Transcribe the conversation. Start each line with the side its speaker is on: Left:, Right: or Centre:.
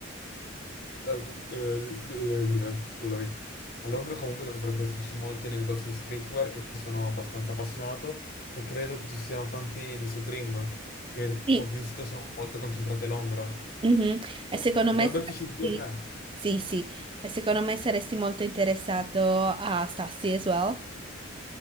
Left: Eh, eh, lui- eh, Londra, scusami. A Londra comunque dovrebbe esserci molti nei negozi di streetwear che sono abbastanza appassionato e credo che ci siano tanti di Supreme che
Right: Sì,
Left: ho visto e sono molto concentrati a Londra.
Right: mhm. E secondo
Left: Dovrebbe
Right: me saresti...
Left: esserci due o tre.
Right: Sì, sì, e secondo me saresti molto interessato a Stassi as well.